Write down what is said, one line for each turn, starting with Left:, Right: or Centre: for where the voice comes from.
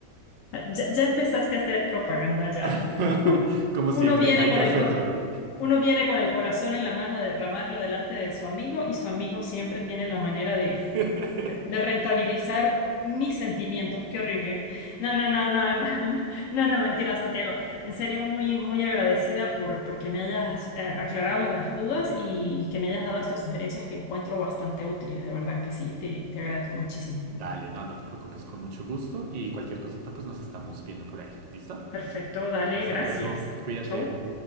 Left: Ah, Ya, ya empezaste a hacer propaganda ya.
Right: <laughs> Como siempre,
Left: Uno viene
Right: hay
Left: con
Right: que hacerlo.
Left: el coro, uno viene con el corazón en la mano a derramarlo delante de su amigo y su amigo siempre tiene la manera de,
Right: <laughs>
Left: de, de rentabilizar mis sentimientos. Qué horrible. No, no, no, no, em- <laughs> no, no, mentira, Santiago. En serio, muy, muy agradecida por porque me hayas eh, aclarado lo de las dudas y, y que me hayas dado estas sugerencias que encuentro bastante útiles. De verdad que sí, te, te agradezco muchísimo.
Right: Dale, no, no te preocupes, con mucho gusto y cualquier cosita pues nos estamos viendo por ahí. ¿Listo?
Left: Perfecto, dale,
Right: Hasta
Left: gracias.
Right: luego, cuídate.
Left: Chau.